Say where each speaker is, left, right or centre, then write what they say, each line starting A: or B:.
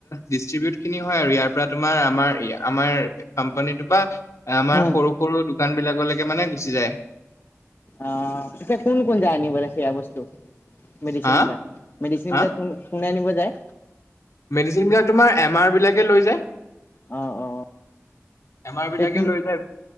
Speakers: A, on the left; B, on the left.
A: ডিষ্ট্ৰিবিউট খিনি হয় আৰু ইয়াৰ পৰা তোমাৰ আমাৰ আমাৰ কোম্পানীটোৰ পৰা আমাৰ
B: উম
A: সৰু সৰু দোকান বিলাকলৈকে মানে গুচি যায়।
B: অ এতিয়া কোন কোন যায় আনিবলে, সেয়া বস্তু। মেডিচিন
A: হা
B: বিলাক মেডিচিন
A: হা
B: বিলাক কোনে আনিব যায়?
A: মেডিচিন বিলাক তোমাৰ এম আৰ বিলাকে লৈ যায়।
B: অ অ।
A: বেমাৰ বিলাকে
B: তুমি
A: লৈ যায়